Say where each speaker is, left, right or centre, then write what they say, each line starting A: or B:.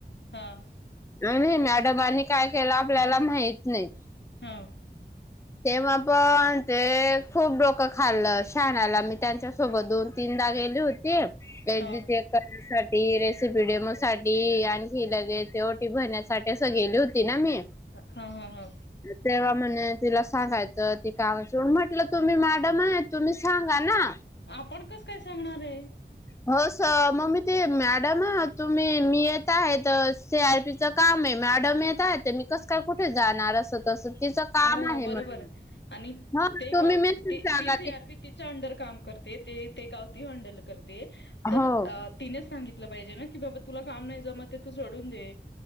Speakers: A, on the left; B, on the left.
A: हां.
B: नाही नाही मॅडमनी काय केलं आपल्याला माहत नाही.
A: ह.
B: तेव्हा पण ते खूप डोकं खाल्लं शहाणाला मी त्यांच्यासोबत दोन, तीनदा गेली होती‌ करण्या
A: हा
B: रेसिपीडीम साठी आणखी लगेच ओटी भरण्यासाठी. तस गेली होती ना मी.
A: हा हा हा.
B: तेव्हा म्हणे तिला सांगायचं ती कामची म्हटलं. तुम्ही मॅडम आहे तुम्ही सांगा ना.
A: आपण कस काय सांगणार आहे.
B: हो स मग मी ते मॅडम तुम्ही मी येत आहेत सि, आर, पी, काम आहे मॅडम येत आहे मी कस काय कुठे जाणार असं. तसं तिचं काम
A: हो
B: आहे
A: बरोबर
B: म्हणून.
A: आहे आणि
B: हा
A: ते
B: तुम्ही
A: गाव
B: मेसेज
A: ती
B: टाका
A: सि, आर, पी च्या अंडर काम करते ते ते गावती हँडल करते. तर
B: हो
A: तिनेच सांगितलं पाहिजे ना की बाबा तुला काम नाही जम ते तू सोडून दे